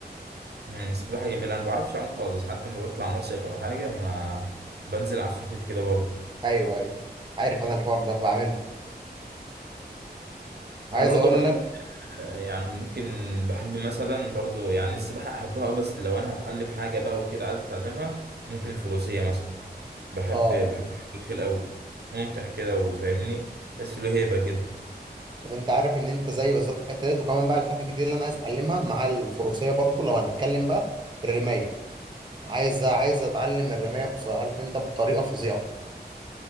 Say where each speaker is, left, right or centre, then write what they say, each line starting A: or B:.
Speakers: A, on the right; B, on the right.
A: امم سباحه جميله انا ما بعرفش اعوم خالص حتى لما بطلع مصيف او حاجه ما بنزل على الخفيف كده برضه
B: أيوه أيوه عارف أنا الحوار ده بعمله
A: انا
B: عايز
A: برضه
B: أقول
A: بحب
B: لك
A: يعني ممكن بحب مثلا برضو يعني السباحة أحبها أه بس لو أنا هتعلم حاجة بقى وكده عايز أتعلمها ممكن الفروسية مثلا بحب
B: اه
A: بحب الخيل أوي ممتع كده وفاهمني تحس له هيبة كده
B: طب أنت عارف إن أنت زي بالظبط في الحتة ديت وكمان بقى الحاجة الجديدة اللي أنا عايز أتعلمها مع الفروسية برضو لو هنتكلم بقى الرماية عايز عايز أتعلم الرماية بص عارف أنت بطريقة فظيعة